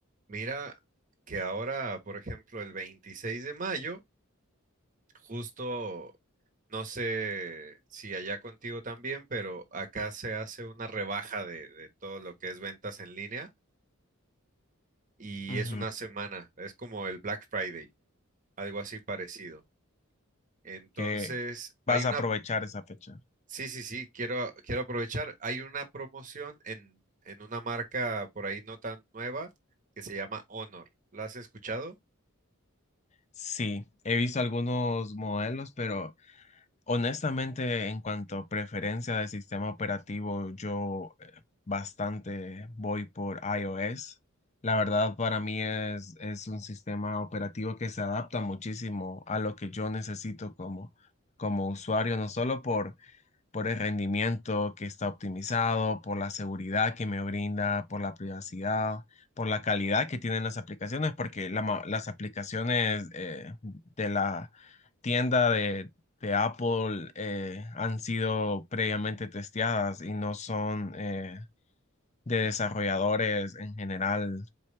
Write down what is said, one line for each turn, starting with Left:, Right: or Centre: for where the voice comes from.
Right: Mira que ahora, por ejemplo, el 26 de mayo. Justo, no sé si allá contigo también, pero acá se hace una rebaja de, de todo lo que es ventas en línea y
Left: Ujú.
Right: es una semana, es como el Black Friday, algo así parecido. Entonces,
Left: que
Right: hay
Left: vas
Right: una,
Left: a aprovechar esa fecha.
Right: sí, sí, sí, quiero, quiero aprovechar, hay una promoción en, en una marca por ahí no tan nueva que se llama Honor. ¿La has escuchado?
Left: Sí, he visto algunos modelos, pero honestamente en cuanto a preferencia de sistema operativo, yo eh, bastante voy por iOS. La verdad para mí es, es un sistema operativo que se adapta muchísimo a lo que yo necesito como, como usuario, no solo por por el rendimiento que está optimizado, por la seguridad que me brinda, por la privacidad, por la calidad que tienen las aplicaciones, porque la ma- las aplicaciones eh, de la tienda de, de Apple eh, han sido previamente testeadas y no son eh, de desarrolladores en general